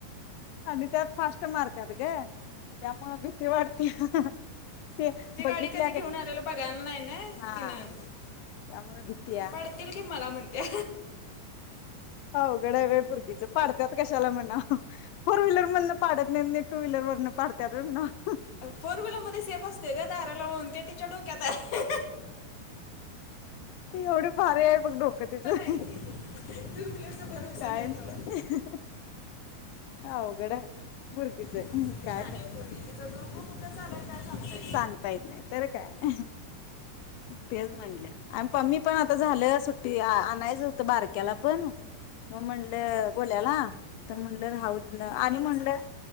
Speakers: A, on the left; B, on the left.
A: आणि त्यात फास्ट मारतात ग- त्यामुळे भीती वाढत्या ते
B: ती
A: बघितल्या
B: गाडी कधी घेऊन
A: कणी
B: आलेलं बघायला नाही ना
A: हा-
B: तिनं
A: त्यामुळे भीतीया
B: पडतील की मला म्हणते
A: अवघड आहे बाई पोरगीच. <unintelligible> कशाला म्हणा? फोर व्हीलर मधनं पाडत नाहीत - टू व्हीलर वरनं पाडत्यात होय ना -
B: फोर व्हीलर मध्ये सेफ असतोय ग दार लावून, ते तिच्या डोक्याताय-
A: एवढं- भारी आहे बघ डोकं तुझं
B: तुला
A: -
B: भरोसा
A: काय
B: नाही
A: नव्ह
B: तिला.
A: अवघड हाय पोरगीच,
B: असली
A: काय खर नाही.
B: <unintelligible> आहे काय सांगता येत
A: सांगता येत नाही तर काय तेच म्हणलं आणि मी पण आता झालं सुट्टी आणायच होत बारक्याला पण मग म्हणलं
B: हां.
A: गोल्याला तर म्हणलं राहू दे आणि
B: घेऊन गेला
A: म्हणलं
B: असं काय